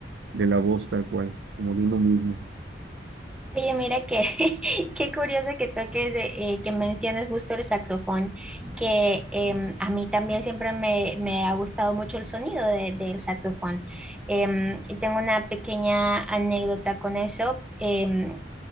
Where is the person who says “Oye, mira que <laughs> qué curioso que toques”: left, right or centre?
Centre